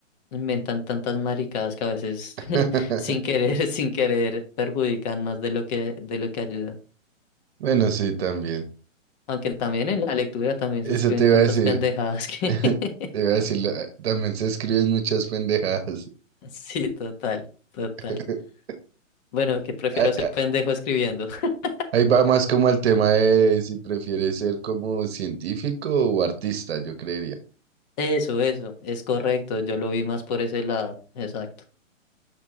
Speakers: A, on the left; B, on the right.
A: inventan tantas maricadas que a veces
B: <laughs>
A: <laughs> sin querer, sin querer, perjudican más de lo que, de lo que ayudan.
B: Bueno, sí, también.
A: Aunque también en la lectura también
B: Eso
A: se escriben
B: te iba
A: tantas
B: a decir.
A: pendejadas que...
B: <laughs> Te iba
A: <laughs>
B: a decir, la- también se escriben muchas pendejadas.
A: Sí, total, total.
B: <laughs>
A: Bueno, que prefiero
B: Ahí
A: ser pendejo escribiendo. <laughs>
B: ahí va más como el tema de si prefieres ser como científico o artista, yo creería.
A: Eso, eso, es correcto. Yo lo vi más por ese lado. Exacto.